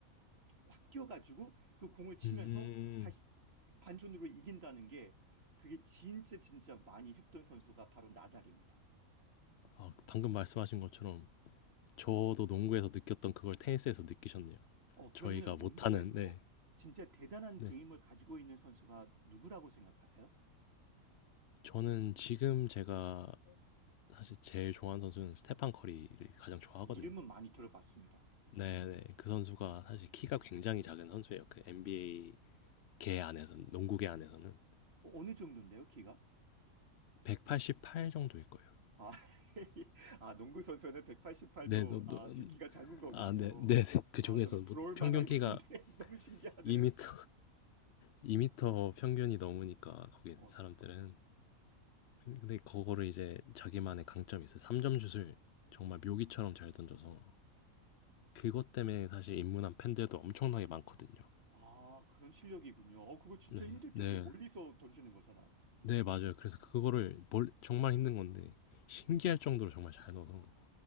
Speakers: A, on the right (about 45°); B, on the left (about 65°).
A: 확 뛰어가지고 그 공을 치면서
B: 음.
A: 다시 반전으로 이긴다는 게 그게 진짜 진짜 많이 했던 선수가 바로 나달입니다.
B: 아 방금 말씀하신 것처럼 저도 농구에서 느꼈던 그걸 테니스에서 느끼셨네요.
A: 어 그러면은
B: 저희가
A: 농구에서
B: 못하는 네.
A: 진짜 대단한
B: 네.
A: 게임을 가지고 있는 선수가 누구라고 생각하세요?
B: 저는 지금 제가 사실 제일 좋아하는 선수는 스테판 커리를 가장 좋아하거든요.
A: 아, 이름은 많이 들어봤습니다.
B: 네네. 그 선수가 사실 키가 굉장히 작은 선수예요. 그 NBA 개 안에서 농구계 안에서는
A: 어, 어느 정도인데요, 키가?
B: 188 정도일 거예요.
A: 아, <laughs> 아, 농구 선수는 188도
B: 네, 너, 너,
A: 아주 키가 작은 거군요.
B: 아, 네, 네. 네. 그
A: 아,
B: 중에서
A: 저는
B: 뭐
A: 부러울 만하긴
B: 평균 키가
A: 한데 <laughs> 너무 신기하네요.
B: 2미터, 2미터 평균이 넘으니까 거기
A: 어,
B: 사람들은 근데 그거를 이제 자기만의 강점이 있어요. 3점 슛을 정말 묘기처럼 잘 던져서 그것 때문에 사실 입문한 팬들도 엄청나게 많거든요.
A: 아, 그런 실력이군요. 어, 그거 진짜
B: 네,
A: 힘들
B: 네,
A: 텐데 멀리서 던지는 거잖아요. 음,
B: 네 맞아요. 그래서 그거를 멀- 정말 힘든 건데 신기할 정도로 정말 잘 넣어서